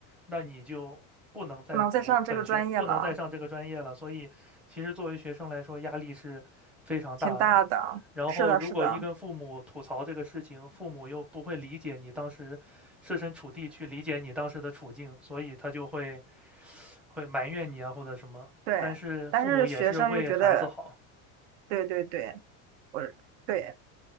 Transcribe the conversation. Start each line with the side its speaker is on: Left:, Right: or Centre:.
Centre: 那你就不能再读本学，
Right: 不能再上这个专业了，
Centre: 不能再上这个专业了。所以，其实作为学生来说，压力是非常大的。
Right: 挺大的。
Centre: 然后，
Right: 是的，
Centre: 如果一跟父母吐槽这个事情，
Right: 是的，
Centre: 父母又不会理解你当时设身处地去理解你当时的处境，所以他就会会埋怨你啊或者什么。
Right: 对。
Centre: 但是父母也是为孩子好，
Right: 但是学生又觉得，对对对，我对